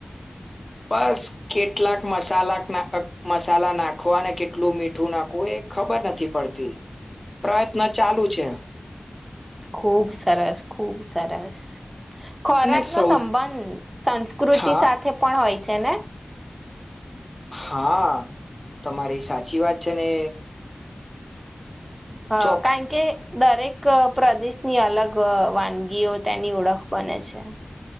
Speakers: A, on the left; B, on the right.
A: બસ કેટલાક મસાલા નાખ મસાલા નાખવા અને કેટલું મીઠું નાખવું એ ખબર નથી પડતી પ્રયત્ન ચાલુ છે.
B: ખુબ સરસ ખુબ સરસ ખોરાકનો
A: અને સૌ
B: સંબંધ સંસ્કૃતિ
A: હા
B: સાથે પણ હોય છેને
A: હા તમારી સાચી વાત છે ને
B: હ
A: ચોક
B: કારણ કે દરેક પ્રદેશની અલગ અ વાનગીઓ તેની ઓળખ બને છે.